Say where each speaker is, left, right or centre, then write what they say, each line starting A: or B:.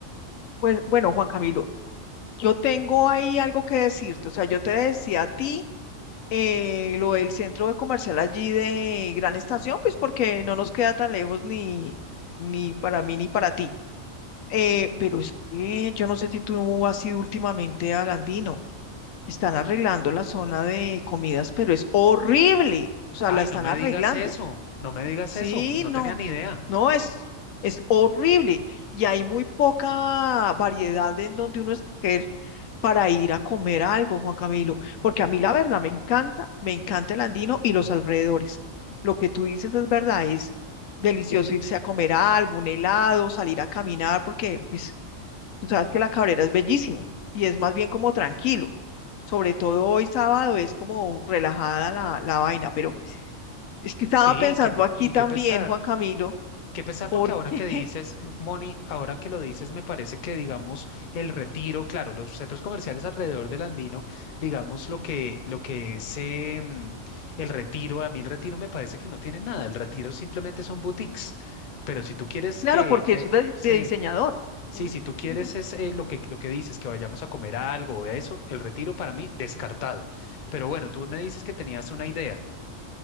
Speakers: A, on the left; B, on the left.
A: Pues bueno Juan Camilo, yo tengo ahí algo que decirte, o sea, yo te decía a ti eh, lo del centro de comercial allí de Gran Estación, pues porque no nos queda tan lejos ni, ni para mí ni para ti. Eh, pero es que yo no sé si tú has ido últimamente al Andino. Están arreglando la zona de comidas, pero es horrible. O sea,
B: Ay,
A: la están
B: no me
A: arreglando.
B: digas eso, no me digas
A: Sí,
B: eso, no
A: no.
B: tenía ni idea.
A: No, es, es horrible. Y hay muy poca variedad en donde uno escoger para ir a comer algo, Juan Camilo. Porque a mí la verdad me encanta, me encanta el Andino y los alrededores. Lo que tú dices es verdad, es delicioso irse a comer algo, un helado, salir a caminar, porque pues Tú sabes que la Cabrera es bellísimo y es más bien como tranquilo. Sobre todo hoy sábado es como relajada la, la vaina, pero
B: S-
A: es que estaba
B: Sí,
A: pensando
B: qué, pe-
A: aquí
B: y
A: también,
B: qué pesar.
A: Juan Camilo,
B: Qué pesar
A: porque,
B: porque ahora que dices, Moni, ahora que lo dices, me parece que, digamos, el retiro, claro, los centros comerciales alrededor del Andino, digamos, lo que, lo que es eh, mm, el retiro, a mí el retiro me parece que no tiene nada, el retiro simplemente son boutiques, pero si tú quieres,
A: <laughs> claro,
B: eh,
A: porque
B: eh,
A: eso es de,
B: sí,
A: de diseñador.
B: sí,
A: ¿m?
B: si tú quieres
A: Ujú.
B: es eh, lo que, lo que dices, que vayamos a comer algo o eso, el retiro para mí, descartado. Pero bueno, tú me dices que tenías una idea.